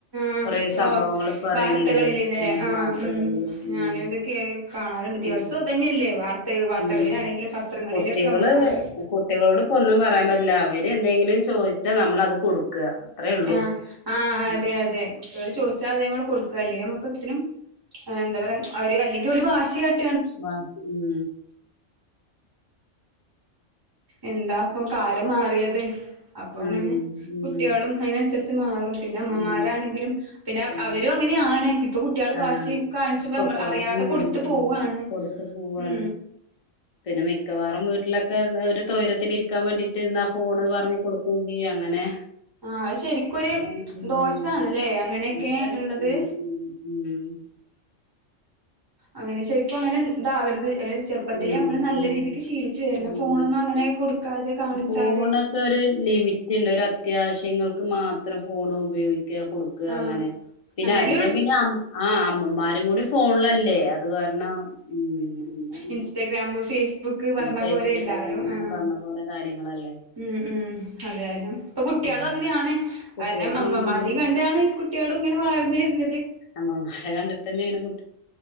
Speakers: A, on the right; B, on the left.
A: ആ
B: കൊറേ
A: ഓ
B: സംഭവങ്ങൾ ഇപ്പ അറിയണില്ലേ
A: വാർത്തകളിൽല്ലേ
B: ഉം
A: ആ
B: വാർത്തകളില്
A: ഉ
B: ഉം
A: ഞാന ഇതൊക്കെ കാണാറുണ്ട് ദിവസവും
B: ഉം
A: അത് തന്നെയല്ലേ വാർത്ത വാർത്തകളിലാണെങ്കിലും
B: ഉം
A: പത്രങ്ങളിലൊക്കെ
B: കുട്ടികള്
A: നമ്മള് കാണല്
B: കുട്ടികളോട് ഇപ്പൊ ഒന്നും പറയാൻ പറ്റില്ല അവര് എന്തെങ്കിലും ചോദിച്ചാ നമ്മളത് കൊടുക്കുക അത്രേ ഉള്ളൂ
A: ആ ആ
B: ഉം
A: അതെ അതെ ചോദിച്ചാ അത നമ്മള് കൊടുക്കല്ലേ നമ്മുക്ക് ഇത്തിും എന്താ പറയാ ഒരു അല്ലെങ്കിൽ ഒരു വാശിയട്ട
B: മ ഉം
A: എന്താ അപ്പൊ കല് മാറി അപ്പൊ
B: ഉം
A: അങ്ങനെ കുട്ടികളും അപ്പൊ ങ്ങനെ
B: ഉം
A: കുട്ടിളും അതിനനുസരിച്ച് മാറും പിന്നെ അമ്മമാരാണെങ്കിലും
B: ഉം
A: പിന്നെ
B: ഉം
A: അവരും അങ്ങനെയാണ് ഇപ്പൊ കുട്ടികള്
B: ആഹ്
A: വാശി കാണിച്ച്പ
B: കുട്ട്യോള്
A: അറിയാതെ
B: ഉം
A: കൊടുത്ത പോവുവാണ്
B: ഉം കൊടുത്ത് പോവാണ്
A: ഉ
B: പിന്നെ മിക്കവാറും വീട്ടിലൊക്കെ ഒരു തൊരത്തിൽ ഇരിക്കാൻ വേണ്ടിട്ട് ഇട്ടന്നാ ഫോണ് പറഞ്ഞു കൊടുക്കയും ചെയ്യും അങ്ങനെ
A: ആശരിക്കൊരു
B: അങ്ങനെയാണ്. ഉം
A: ദോഷണല്ലേ അങ്ങനെയൊക്കെ
B: പക്ഷെ,
A: ഉള്ളത്
B: ഉം ഉം
A: അങ്ങനെ ശരിക്കും അങ്ങനെ ന്താ അവരുത് ചെറുപ്പത്തിലേ
B: ഉം ഉം
A: നമ്മള് നല്ല രീതിക്ക് ചെറുപ്പത്തിലെ നമ്മൾ നല്ല
B: ഉം
A: രീതിക്ക് ശീലിച്ചച്ച് വരണം
B: ഉം.
A: ഫോണൊന്നും അങ്ങനെ കൊടുക്കാതെ കാണിച്ചാതെ
B: ഫോണൊക്കെ ഒരു ലിമിറ്റ് ഉണ്ട് ഒരു അത്യാവശ്യങ്ങൾക്ക് മാത്രം ഫോൺ ഉപയോഗിക്ക കൊടുക്ക
A: ആഹ്
B: അങ്ങനെ പിന്നെ
A: അങ്ങേലു
B: അധികം പിന്നെ ആ അമ്മമാരും കൂടി ഫോണിൽ അല്ലെ അല്ലെ അത് കാരണം ഉ
A: ഇൻസ്റ്റാഗ്രാാം് ഫേസ്ബുക്ക് പറഞ്ഞ
B: ഫേസ്ബുക്ക്
A: പോലെ എല്ലാരും
B: അങ്ങനെ
A: ആ
B: പറഞ്ഞ പോലെ കാര്യങ്ങളല്ലേ
A: ഉം ഉം അതൊരണം ഇപ്പൊ കുട്ടികളും
B: ഉം
A: അങ്ങനെയാണ്
B: കുട്ടികളും
A: കാരണം അമ്മമാര
B: അങ്ങനെന്നെ
A: കണ്ടാണ് കുട്ടിളും ഇങ്ങനെ വളർന്നു വരുന്നത്
B: നമ്മളതും കണ്ടിട്ട് തന്നെയാണ്